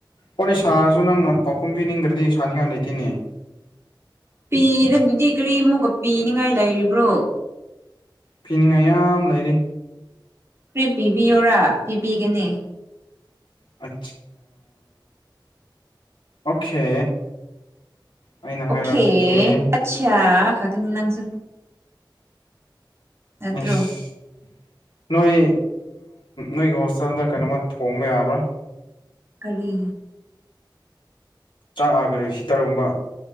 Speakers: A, on the left; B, on the right.
A: ꯋꯥꯔꯤꯅꯦ ꯁꯥꯔꯁꯨ ꯅꯪꯅ ꯄꯥꯎꯈꯨꯝ ꯄꯤꯅꯤꯡꯗ꯭ꯔꯗꯤ ꯁꯥꯅꯤꯡꯉꯥꯏ ꯂꯩꯇꯦꯅꯦ
B: ꯄꯤꯔ ꯑꯗꯨꯗꯤ ꯀꯔꯤꯃꯨꯛꯀ ꯄꯤꯅꯤꯡꯉꯥꯏ ꯂꯩꯔꯤꯕ꯭ꯔꯣ
A: ꯄꯤꯅꯤꯡꯉꯥꯏ ꯌꯥꯝ ꯂꯩꯔꯤ
B: ꯀ꯭ꯔꯤꯞ ꯄꯤꯕꯤꯌꯣꯔꯥ ꯄꯤꯕꯤꯒꯅꯤ
A: ꯑ ꯑꯣꯀꯦ ꯑꯩꯅ ꯍꯥꯏꯔꯛꯀꯦ
B: ꯑꯣꯀꯦ ꯑꯆꯥ ꯀꯁꯨ
A: ꯑꯁ
B: ꯅꯠꯇ꯭ꯔꯣ
A: ꯅꯣꯏ ꯅꯣꯏꯒꯤ ꯍꯣꯁꯇꯦꯜꯗ ꯀꯩꯅꯣꯃ ꯊꯣꯡꯕ ꯌꯥꯕ꯭ꯔꯥ
B: ꯀꯔꯤ
A: ꯆꯥꯛꯒꯗꯤ ꯍꯤꯇꯔꯒꯨꯝꯕ